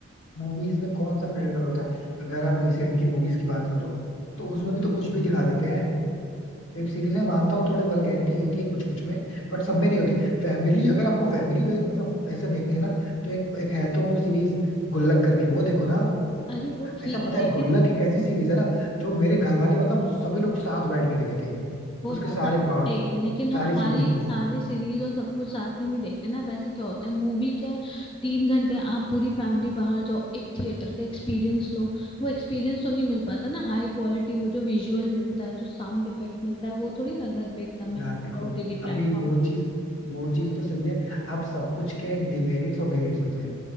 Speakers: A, on the left; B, on the left.
A: मूवीज में कौन सा फिल्टर होता है अगर आप रिसेंट की मूवीज की बात करो तो उसमें भी तो कुछ भी दिखा देते हैं वेब सीरीज में मानता हूँ थोड़े वल्गैरिटी होती है कुछ कुछ में बट सब में नहीं होती फैमिली अगर आपको फैमिली में मतलब ऐसे देखनी है ना तो एक एक है तो वो सीरीज गुल्लक करके वो देखो ना आप
B: अरे वो ठीक
A: ऐसा पता
B: है
A: है
B: लेकिन
A: गुल्लक एक ऐसी सीरीज है ना जो मेरे घर वाले मतलब सभी लोग साथ बैठ के देखे थे
B: वो
A: उसके
B: बात
A: सारे
B: आपकी
A: पार्ट्स
B: सही है लेकिन हम
A: सारी
B: सारी
A: सीरीज पूरी
B: सारी सीरीज और सब कुछ साथ में नहीं देखते ना वैसे क्या होता है मूवी क्या है तीन घंटे आप पूरी फैमिली बाहर जाओ एक थिएटर का एक्सपीरियंस लो वो एक्सपीरियंस तो नहीं मिल पाता ना हाई क्वालिटी वो जो विजुअल मिलता है जो साउंड इफेक्ट मिलता है वो थोड़ी ना घर पे इतना
A: यार
B: मिलता
A: देखो
B: है ओटीटी
A: अभी
B: प्लेटफॉर्म
A: वो चीज वो चीज तो सही है अब सब कुछ के डिमेरिट्स और मेरिट्स होते हैं